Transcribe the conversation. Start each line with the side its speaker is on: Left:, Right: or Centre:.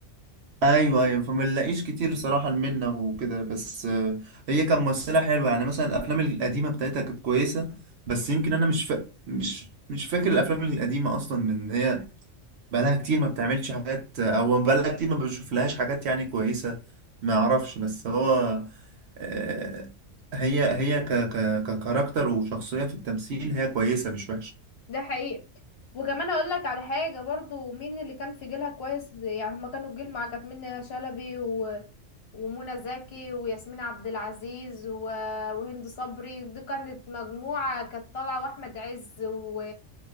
Right: ايوه ايوه فما نلاقيش كتير صراحة منا وكده بس آه، هي كان ممثلة حلوة يعني مثلا الافلام القديمة بتاعتها كانت كويسة بس يمكن انا مش فا... مش مش فاكر الافلام القديمة اصلا من هي بقالها كتير ما بتعملش حاجات او بقالها كتير ما بشوف لهاش حاجات يعني كويسة ما اعرفش بس هو آه، هي هي ك... ك... ككاركتر وشخصية في التمثيل هي كويسة مش
Left: ده حقيقي وكمان اقول لك على حاجه برضو مين اللي كان في جيلها كويس يعني هما كانوا الجيل مع كانت منى شلبي و... ومنى زكي وياسمين عبد العزيز و... وهند صبري دي كانت مجموعه كانت طالعه واحمد عز و...